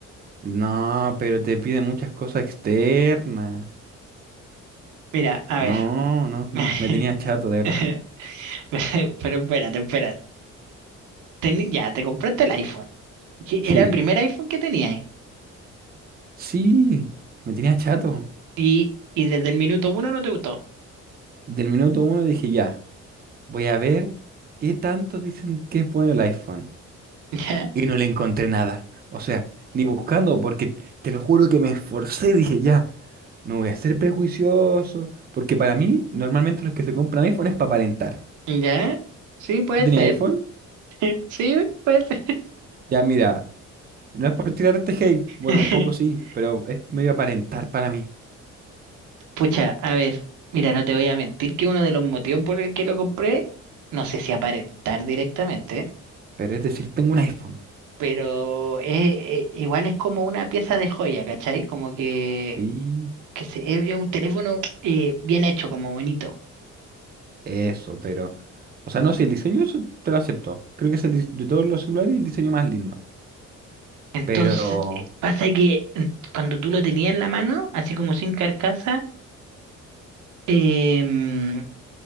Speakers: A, on the right (about 30°); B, on the right (about 85°).
A: No, pero te pide muchas cosas externas.
B: Mira, a
A: No,
B: ver.
A: no, no,
B: <laughs>
A: me tenía chato, de verdad.
B: <laughs> Pero espérate, espérate. Teni- ya, te compraste el iPhone. que Era
A: Sí,
B: el primer iPhone que tenías.
A: sí, me tenía chato.
B: Y, y desde el minuto uno no te gustó.
A: Del minuto uno dije ya. Voy a ver qué tanto dicen que es bueno el iPhone.
B: <laughs> Ya,
A: Y no le encontré nada. O sea, ni buscando, porque te lo juro que me esforcé. Dije, ya, no voy a ser prejuicioso. Porque para mí, normalmente los que se compran iPhone es para aparentar.
B: ya. Sí, puede
A: ¿Tú tenías
B: ser.
A: iPhone?
B: <laughs> Sí, puede ser.
A: Ya, mira, no es por tirarte hate. Bueno,
B: <laughs>
A: un poco sí, pero es medio aparentar para mí.
B: Pucha, a ver. Mira, no te voy a mentir que uno de los motivos por el que lo compré, no sé si aparentar directamente,
A: Pero es decir, tengo un iPhone.
B: pero es- es- igual es como una pieza de joya, ¿cachai? Como que,
A: Sí,
B: que se- es, es un teléfono eh, bien hecho, como bonito.
A: eso, pero. O sea, no, si el diseño eso te lo acepto. Creo que es el dis- de todos los celulares el diseño más lindo.
B: Entonces,
A: Pero.
B: eh, pasa que en- cuando tú lo tenías en la mano, así como sin carcasa, em,